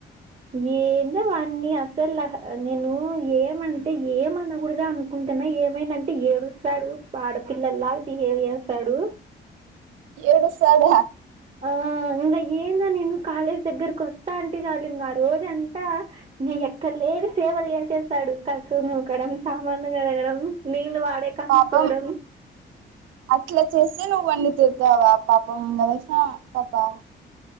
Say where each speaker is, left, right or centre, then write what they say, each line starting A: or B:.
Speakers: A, on the right; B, on the right.
A: ఇన్నోవాని అసలు నేను ఏమంట టె ఏమనకూడద అనుకుంటున్నా ఏమైంద అంటే ఏడుస్తాడు ఆడపిల్లల్లా బిహేవ్ చేస్తాడు
B: ఎడుస్తడ
A: ఆ ఇంకా ఏందో నేను కాలేజ్ దగ్గరకి వస్తా అంటే చాల ఇంకా ఆ రోజంతా ఇంగ ఎక్కడ లేని సేవలు చేసేస్తాడు కసుపు నూకడం సామాన్లు కదగడం నీళ్లు వాడే కాంచుకోవడం
B: పాపం అట్ల చేసే నువ్వు వన్నీ శూషవా పాప ము కదేశం పాపా